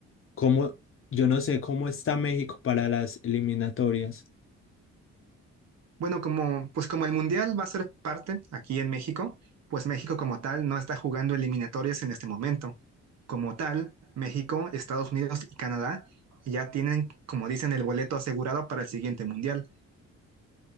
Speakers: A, on the left; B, on the right.
A: Como, yo no sé cómo está México para las eliminatorias.
B: Bueno, como, pues como el Mundial va a ser parte aquí en México, pues México como tal no está jugando eliminatorias en este momento. Como tal, México, Estados Unidos y Canadá ya tienen, como dicen, el boleto asegurado para el siguiente mundial.